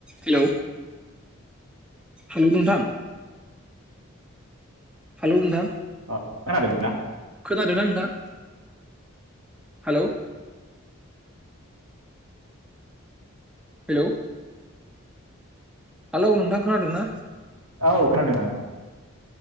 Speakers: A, in the centre; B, on the right (about 80°).
A: हेलौ हेलौ नोंथां हालौ नोंथां
B: खोनादों ना?
A: खोनादो ना नोंथां हेलौ हेलौ हेलौ नोंथां खोनादोंना?
B: औ खोनादों नोंथां